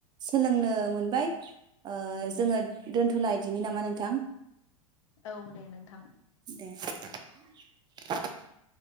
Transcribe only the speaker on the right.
सोलोंनो मोनबाय ओ जोङो दोनथ'लादिनि नामा नोंथां?
दे <inaudible>